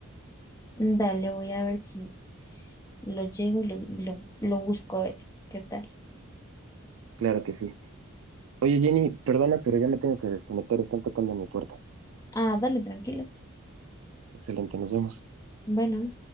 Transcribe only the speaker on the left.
Dale, voy a ver si lo llego y lo, lo, lo busco a ver qué tal.
Ah, dale, tranquilo.
Bueno.